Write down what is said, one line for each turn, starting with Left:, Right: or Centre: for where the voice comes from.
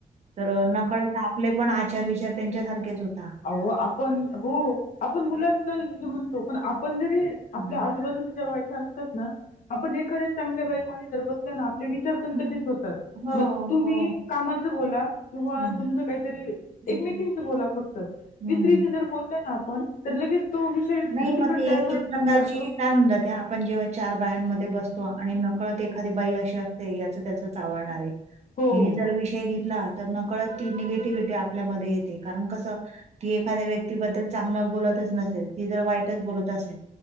Right: तर नकळत आपले पण आचार- विचार त्यांच्या सारखेच होत.
Left: अवो, आपण हो, आपण मुलांच हे म्हणतो पण आप पण जरी
Right: हं.
Left: आपल्या आजूबाजूच्या ज्या बायका असतात ना आपण एखाद्या चांगल्या बाई मध्ये <unintelligible> आपले विचार पण
Right: हं.
Left: तसेच होतात.
Right: हो,
Left: मग तुम्ही
Right: हो.
Left: कामाच बोला, किंवा
Right: हं,
Left: तुमचं काहीतरी
Right: हं,
Left: एकमेकींचं बोला फ तिसरी
Right: हं.
Left: जर बोलल ना आपण, तर लगेच तो विषय
Right: नाही
Left: दुसरीकडे
Right: मग ते
Left: डायव्हर्ट
Right: प्रकारची
Left: होऊन जातो
Right: काय म्हणता ते आपण जेव्हा चार बायांमध्ये बसतो. आणि नकळत एखादी बाई अशी असते. याच त्याच चावळणारी आहे.
Left: हो
Right: तिने
Left: हो
Right: जर विषय घेतला. तर, नकळत ती निगेटिव्हटी आपल्यामध्ये येते. कारण कसं ती एखाद्या व्यक्तीबद्दल चांगला बोलतच नसेल, ती जर वाईटच बोलत असेल,